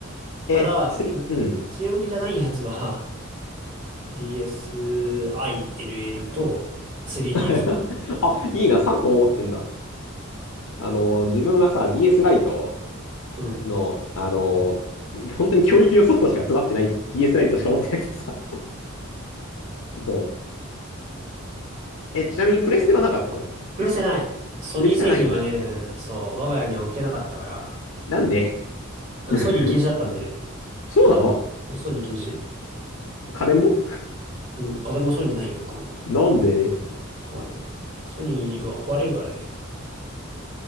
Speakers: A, on the left (about 80°); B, on the right (about 35°).
A: え、
B: ただ、
A: 3、うん。
B: 据え置きじゃないやつは DSiLL と 3DS
A: <laughs>
B: かな。
A: あ、いいな、3個も持ってんだ。あの、自分はさ、DS ライト
B: うん。
A: の、あの、本当に教育用ソフトしか詰まってない DS ライトしか持ってなくてさ。<laughs> そう。え、ちなみにプレステはなかったの
B: プレステない。ソニー製品はね、
A: プレステはないんだ。
B: そう、我が家には置けなかったから、
A: なんで
B: あソニー禁止だったんだよね。
A: <laughs> そうなの
B: ソニー禁止。
A: 家電も
B: うん、家電もソニーないよ、一個も。
A: なんで
B: わかんない。ソニーは壊れるからね。